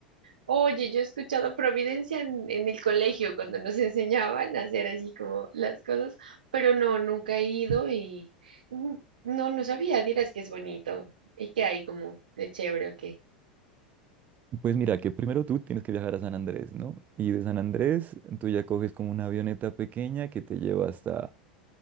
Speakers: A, on the right (about 75°); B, on the right (about 35°).
A: Oye, yo he escuchado Providencia en, en el colegio cuando nos <laughs> enseñaban a hacer así como las cosas, pero no, nunca he ido y mm, no, no sabía, dirás que es bonito y que hay como de chévere o qué.
B: Pues mira, que primero tú tienes que viajar a San Andrés, ¿no? Y de San Andrés tú ya coges como una avioneta pequeña que te lleva hasta